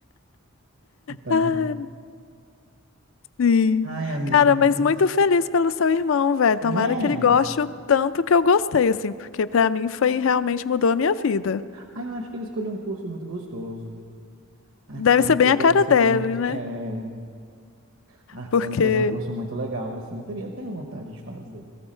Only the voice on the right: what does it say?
Então,
ai, amiga,
mas
não
é.
Ah, eu acho que ele escolheu um curso muito gostoso. Artes
cênicas
deve
ser
muito.
É... Artes
cênicas é um curso muito legal, assim. Eu teria, eu tenho vontade de fazer.